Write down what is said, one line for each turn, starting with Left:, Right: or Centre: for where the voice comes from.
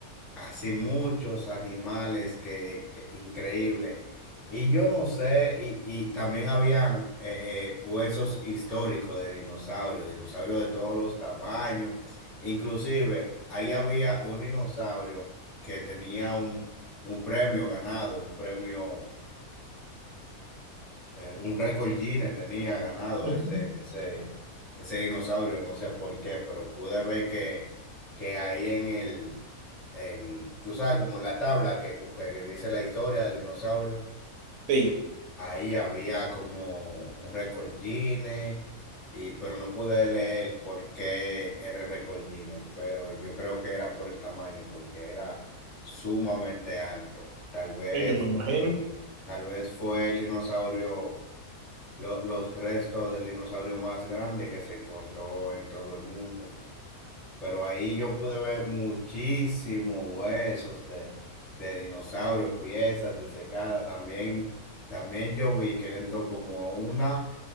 Centre: Así muchos animales que, que- increíble. Y yo no sé, y, y también habían eh, eh, huesos históricos de dinosaurios, dinosaurios de todos los tamaños. Inclusive, ahí había un dinosaurio que tenía un, un premio ganado, un premio eh, un récord Guinness tenía ganado
Right: Ujú.
Centre: ese, ese, ese dinosaurio, no sé por qué, pero pude ver que, que ahí en el, en, tú sabes, como en la tabla que, cu- que que dice la historia del dinosaurio,
Right: sí,
Centre: ahí había como un récord Guinness, y, pero no pude leer por qué era el récord Guinness, pero yo creo que era por el tamaño, porque era sumamente alto. Tal vez,
Right: es me imagino.
Centre: tal vez fue el dinosaurio lo- los restos del dinosaurio más grande que se encontró en todo el mundo. Pero ahí yo pude ver muchísimos huesos de, de dinosaurio, piezas disecadas. También, también yo vi que él entró como a una...